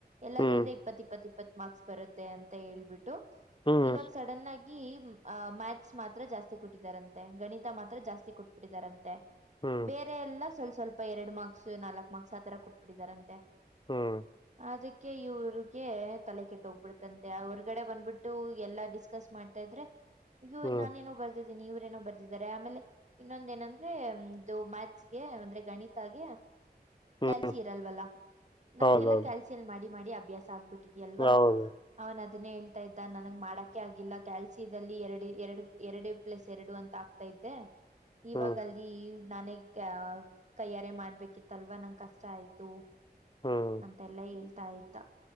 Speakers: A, on the right; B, on the left.
A: ಎಲ್ಲಾದ್ರಿಂದ
B: ಹ್ಮ್
A: ಇಪ್ಪತ್ ಇಪ್ಪತ್ ಇಪ್ಪತ್ ಮಾರ್ಕ್ಸ್ ಬರುತ್ತೆ ಅಂತ ಹೇಳ್ಬಿಟ್ಟು
B: ಹ್ಮ್
A: ಇವಾಗ ಸಡನ್ ಆಗಿ. ಮ್ಯಾಥಸ್ ಮಾತ್ರ ಜಾಸ್ತಿ ಕೊಟ್ಟಿದಾರಂತೆ ಗಣಿತ ಮಾತ್ರ ಜಾಸ್ತಿ ಕೊಟ್ಬಿಟ್ಟಿದಾರಂತೆ.
B: ಹ್ಮ್
A: ಬೇರೆ ಎಲ್ಲ ಸ್ವಲ್ಪ ಸ್ವಲ್ಪ ಎರಡು ಮಾರ್ಕ್ಸ್ ನಾಲ್ಕ್ ಮಾರ್ಕ್ಸ್ ಆತರ ಕೊಟ್ಬಿಟ್ಟಿದಾರಂತೆ.
B: ಹ್ಮ್.
A: ಅದಕ್ಕೆ ಇವ್ರಿಗೆ ತಲೆ ಕೆಟ್ಟ ಹೋಗ್ಬಿಡ್ತಂತೆ ಹೊರ್ಗಡೆ ಬಂದ್ಬಿಟ್ಟು ಎಲ್ಲಾ ಡಿಸ್ಕಸ್ ಮಾಡ್ತಾ ಇದ್ರೆ. ಅಯ್ಯೋ
B: ಹ್ಮ್
A: ನಾನೇಏನೋ ಬರ್ದಿದ್ದ. ಇವರೇನೋ ಬರ್ದಿದ್ದಾರೆ ಆಮೇಲೆ ಇನ್ನೊಂದ ಏನಅಂದ್ರೆಇದು ಮ್ಯಾತ್ಸ್ಗೆ ಅಂದ್ರೆ ಗಣಿತಾಗ.
B: ಹ್ಮ್
A: ಕ್ಯಾಲ್ಸಿ ಇರಲ್ವಲ್ಲಾ ನಮ್ಗೆಲ್ಲಾ
B: ಹೌದೌದು
A: ಕ್ಯಾಲ್ಸಿಯಲ್ ಮಾಡಿ ಮಾಡಿ ಅಭ್ಯಾಸ ಆಗ್ಬಿಟ್ಟು. ಇದೆಲ್ವಾ
B: ಹೌದು
A: ಅವನ್ ಅದನ್ನೇ ಹೇಳ್ತಾ ಇದ್ದ ನನಗೆ ಮಾಡಕೆ ಆಗಿಲ್ಲ ಕ್ಯಾಲ್ಸಿ. ದಲ್ಲಿ ಎರಡು ಎರಡು ಎರಡು ಪ್ಲಸ್ ಎರಡು ಅಂತ ಆಗ್ತಾ ಐತೆ ಇವಾಗ
B: ಹ್ಮ್
A: ಅಲ್ಲಿ. ನಾನೇಗ್ ಕೈಯ್ಯಾರೆ ಮಾಡ್ಬೇಕಿತ್ತಲ್ವಾ ನಂಗೆ ಕಷ್ಟ ಆಯ್ತು.
B: ಹ್ಮ್
A: ಅಂತೆಲ್ಲ ಹೇಳ್ತಾ ಇದ್ದ